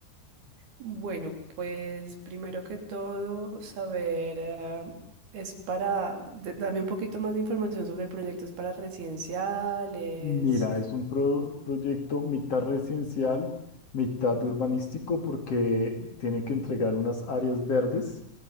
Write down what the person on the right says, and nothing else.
Bueno, pues primero que todo, saber, eh, es para, de- dame un poquito más de información sobre el proyecto, es para residenciales.